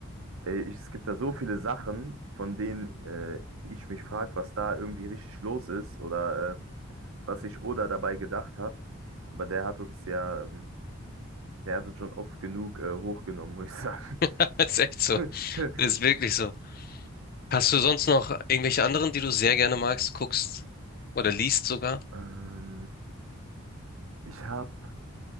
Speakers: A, on the right; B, on the left.
A: äh, ich, es gibt da so viele Sachen, von denen äh, ich mich frage, was da irgendwie richtig los ist oder äh, was sich Oda dabei gedacht hat. Aber der hat uns ja, ähm, der hat uns schon oft genug äh, hochgenommen, muss ich sagen.
B: <laughs> Ist echt so.
A: <laughs>
B: Ist wirklich so. Hast du sonst noch irgendwelche anderen, die du sehr gerne magst, guckst oder liest sogar?
A: Ähm, ich habe,